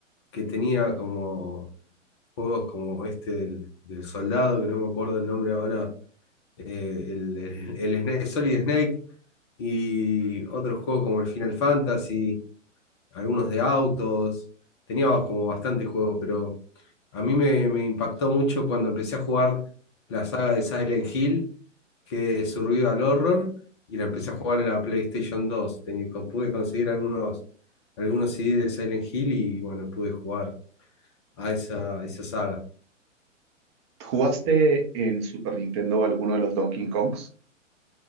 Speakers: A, on the left (about 25°); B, on the right (about 20°).
A: que tenía como juegos como este del, del soldado, que no me acuerdo el nombre ahora eh, el, el, el Snake- Solid Snake y otros juegos como el Final Fantasy, algunos de autos. Tenía como bastante juegos, pero a mí me, me impactó mucho cuando empecé a jugar la saga de Silent Hill, que es Survival Horror, y la empecé a jugar en la PlayStation 2. Tení- con- pude conseguir algunos, algunos CDs de Silent Hill y bueno, pude jugar a esa, esa saga.
B: ¿Jugaste en Super Nintendo alguno de los Donkey Kongs?